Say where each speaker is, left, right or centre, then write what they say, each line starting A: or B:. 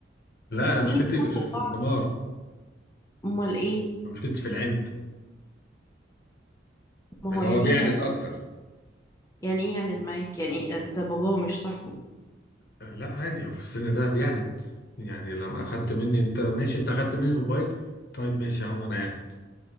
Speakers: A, on the left; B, on the left.
A: لا انا مشكلتي
B: ويضربوا
A: مش في
B: بعض
A: الدمار
B: أمال إيه
A: انا مشكلتي في العند
B: ما هو
A: اللي
B: يعني
A: هو بيعند
B: إيه يعني
A: اكتر
B: يعني إيه يعني معاك يعني إيه أنت باباه مش صاحبه
A: لا عادي هو في السن ده بيعند يعني لما اخدت مني انت ماشي انت اخدت مني الموبايل طيب ماشي اهو انا قاعد